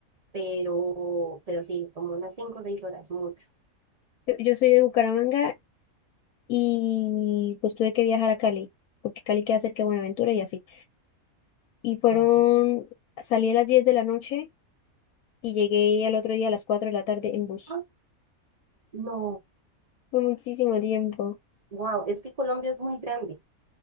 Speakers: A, on the right; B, on the left.
A: pero, pero sí, como unas cinco o seis horas, mucho.
B: Yo, yo soy de Bucaramanga y pues tuve que viajar a Cali, porque Cali queda cerca de Buenaventura y así. Y fueron,
A: Ah, ok.
B: salí a las 10 de la noche y llegué al otro día a las 4 de la tarde en bus.
A: Ah, No,
B: Fue muchísimo tiempo.
A: wow, es que Colombia es muy grande.